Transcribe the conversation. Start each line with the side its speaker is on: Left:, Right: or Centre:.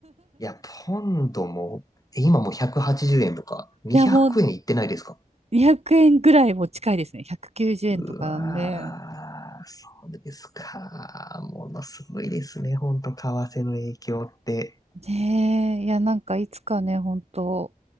Left: う。いや、ポンドも、え今もう180円とか、200円いってないですか
Right: や、もう、200円ぐらいも近いですね。190円とかなんで。
Left: うわー、そうですか。ものすごいですね、ほんと、為替の影響って。
Right: ねえ、いや、なんかいつかね、本当